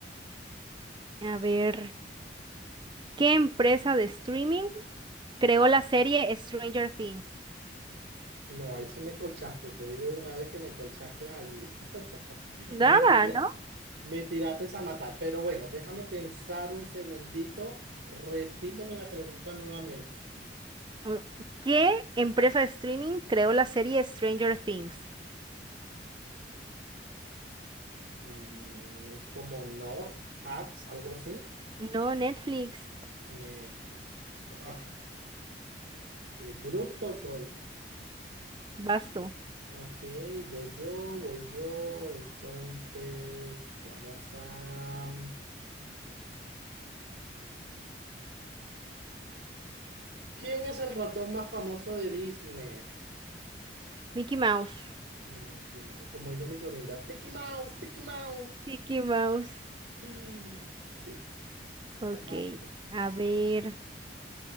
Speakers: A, on the right; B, on the right.
A: a ver. ¿Qué empresa de streaming creó la serie Stranger Things?
B: No, ahí sí me colchaste. Te digo de una vez que me colchaste allí. <laughs>
A: Nada,
B: Me tira-
A: ¿no?
B: me tiraste a matar. Pero bueno, déjame pensar un segundito. Repíteme la pregunta nuevamente.
A: Mm, ¿Qué empresa de streaming creó la serie Stranger Things?
B: Mm, es como North, Hacks, algo así.
A: No, Netflix.
B: Nefus. Ah, qué bruto soy.
A: Basto.
B: Ok, voy yo, voy yo. Entonces, vamos a... ¿Quién es el ratón más famoso de Disney?
A: Mickey Mouse.
B: Mickey Mouse, como dice mi sonrisa. Tiki Mouse, Tiki Mouse.
A: Mickey Mouse.
B: <gasps> Sí,
A: Ok,
B: ahora vas tú.
A: a ver.